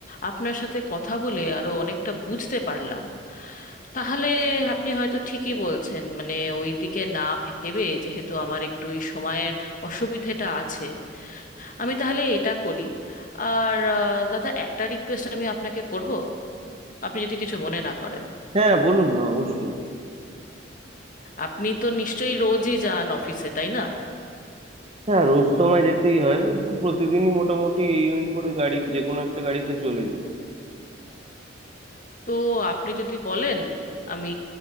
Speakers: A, on the left; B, on the right.
A: আপনার সাথে কথা বলে আরো অনেকটা বুঝতে পারলাম তাহলে আপনি হয়তো ঠিকই বলছেন মানে ওইদিকে না ভেবে যেহেতু আমার একটু এই সময়ের অসুবিধেটা আছে আমি তাহলে এটা করি আর আহ, দাদা একটা রিকোয়েস্ট আমি আপনাকে করব আপনি যদি কিছু মনে না করেন
B: হ্যাঁ বলুন না অবশ্যই
A: আপনি তো নিশ্চয়ই রোজই যান অফিসে তাই না
B: হ্যাঁ রোজ তো আমায় যেতেই হয় তো প্রতিদিনই মোটামুটি এই ওই করে গাড়ি যে কোনো একটা গাড়িতে চলে যাই
A: তো আপনি যদি বলেন আমি